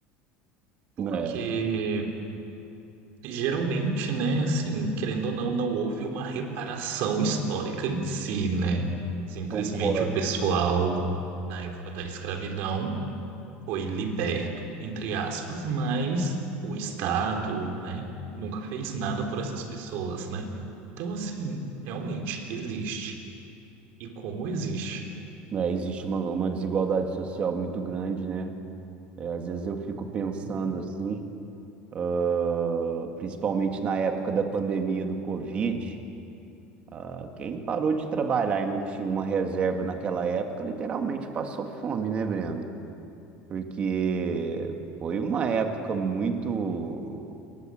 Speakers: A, on the right (about 55°); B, on the right (about 30°).
A: Porque
B: É,
A: Geralmente, né, assim, querendo ou não, não houve uma reparação histórica em si, né? Simplesmente
B: concordo.
A: o pessoal, na época da escravidão, foi liberto, entre aspas, mas o Estado,
B: né?
A: né, nunca fez nada por essas pessoas, né? Então, assim, realmente existe. E como existe.
B: É, existe uma, uma desigualdade social muito grande, né? É, às vezes eu fico pensando
A: Sim,
B: assim, ah, principalmente na época da pandemia do Covid, ah, quem parou de trabalhar e não tinha uma reserva naquela época, literalmente passou fome, né, Breno? Porque foi uma época muito,